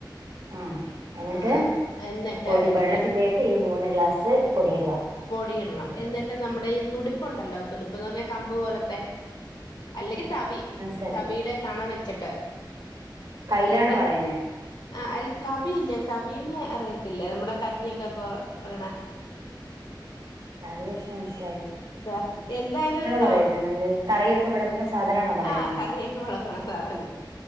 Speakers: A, on the right; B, on the left.
A: ആഹ് എന്നിട്ട്
B: ആ എന്നിട്ട്
A: പൊടി ബള്ളത്തിലി ഈ മൂന്ന് ഗ്ലാസ് പൊടി ഇടുവാ
B: പൊടി ഇടണം എന്നിട്ട് നമ്മുടെ ഈ തുടിപ്പുണ്ടല്ലോ തുടുപ്പ്ന്ന് പറഞ്ഞാൽ കമ്പ് പോല ത്തെ അല്ലെങ്കി തവി
A: മനസ്സിലായില്ലേ
B: തവീടെ കണ വെച്ചിട്ട്
A: കയ്യിലാണോ
B: അല്ലെങ്കി
A: പറയുന്നേ
B: ആ അല്ല തവിയില്ലേ തവീനെ അറിയത്തില്ലേ നമ്മള കഞ്ഞിയൊക്കെ കോരണ
A: തവീച്ച് മൻസ്
B: ത്ത എന്തായാലും ഒരു കാ
A: പറയുന്നേ നമ്മള് കറിയൊക്കെ വിളമ്പുന്ന സാധനാണോ പറയുന്നേ
B: ആഹ് കറിയ വെളമ്പണ സാധനം